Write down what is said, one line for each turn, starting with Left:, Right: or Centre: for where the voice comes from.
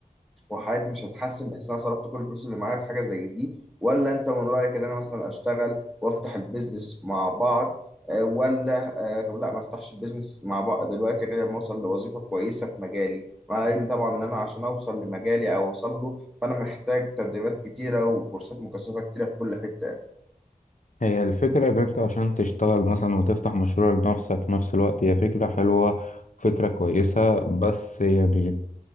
Centre: وحياتي مش هتحسن بحيث ان انا صرفت كل الفلوس اللي معايا في حاجه زي دي ولا انت من رايك ان انا مثلا اشتغل وافتح البيزنس مع بعض آه، ولا آه، لا ما افتحش البيزنس مع بعض دلوقتي غير لما اوصل لوظيفه كويسه في مجالي مع العلم طبعا ان انا عشان اوصل لمجالي او اوصل له فانا محتاج تدريبات كتيره وكورسات مكثفه كتيره في كل حته
Left: هي الفكرة ان انت عشان تشتغل مثلا وتفتح مشروع لنفسك في نفس الوقت هي فكرة حلوة فكرة كويسة بس يعني